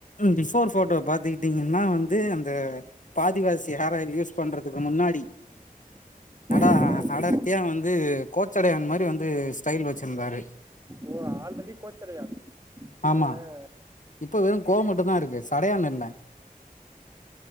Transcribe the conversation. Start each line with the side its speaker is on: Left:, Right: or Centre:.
Left: பிஃபோர் போட்டோ பாத்தீ துகிட்டிங்கன்னா வந்து அந்த பாதிவாசி ஹார் ஆயில் யூஸ் பண்றதுக்கு முன்னாடி நடா
Right: ஓகேங்க, முடிக்கும்
Left: அடர்த்தியா வந்து கோச்சடையான் மாதிரி வந்து ஸ்டைல் வச்சிருந்தாரு
Right: ஓ ஆல்ரெடிக் கோச்சடையான்
Left: ஆமா
Right: ஆ அஹ்
Left: இப்ப வெறு கோ மட்டும்தா இருக்கு சடையான் இல்ல